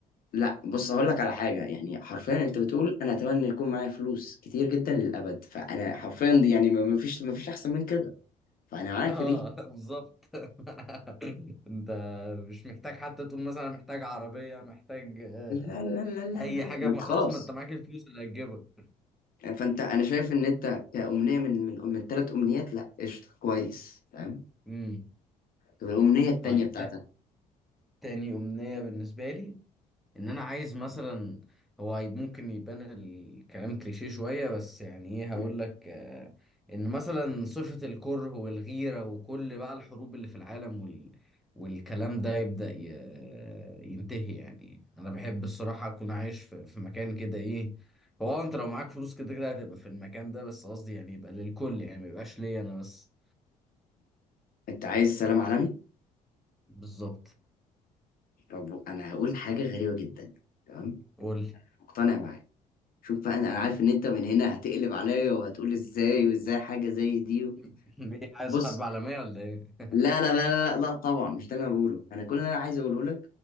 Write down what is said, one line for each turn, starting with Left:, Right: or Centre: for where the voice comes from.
Left: لا بص هقول لك على حاجه يعني حرفيا انت بتقول انا اتمنى يكون معايا فلوس كتير جدا للابد فانا حرفيا دي يعني ما ما فيش ما فيش احسن من كده فانا معاك
Centre: اه
Left: في دي
Centre: <laughs> بالظبط <laughs> انت مش محتاج حتى تقول مثلا أنا محتاج عربية محتاج آه،
Left: لا لا لا لا لا
Centre: اي
Left: لا
Centre: حاجة
Left: ما
Centre: ما
Left: انت
Centre: خلاص
Left: خلاص
Centre: ما انت معاك الفلوس اللي هتجيبها
Left: فانت انا شايف ان انت كأمنية من من من ثلاث امنيات لا قشطه كويس فاهم
Centre: امم
Left: طب الامنيه التانيه
Centre: طيب
Left: بتاعتك
Centre: تا- تاني أمنية بالنسبة لي ان انا عايز مثلا هو ممكن يبان الكلام كليشيه شوية بس يعني ايه
Left: مم.
Centre: هقول لك آه، ان مثلا صفة الكره والغيرة وكل بقى الحروب اللي في العالم وال... والكلام ده يبدأ ي... ينتهي يعني انا بحب الصراحة اكون عايش في, في مكان كده ايه هو آه، انت لو معاك فلوس كده كده هتبقى في المكان ده بس قصدي يعني يبقى للكل يعني ما يبقاش ليا انا بس
Left: انت عايز سلام عالمي
Centre: بالظبط
Left: طب انا هقول حاجه غريبه جدا تمام
Centre: قول لي
Left: مقتنع معاك شوف بقى انا أنا عارف ان انت من هنا هتقلب عليا وهتقول ازاي وازاي حاجه زي دي
Centre: <laughs> ايه عايز
Left: بص
Centre: حرب عالمية ولا ايه؟
Left: لا لا لا لا لا طبعا مش ده اللي انا بقوله انا كل اللي انا عايز اقوله لك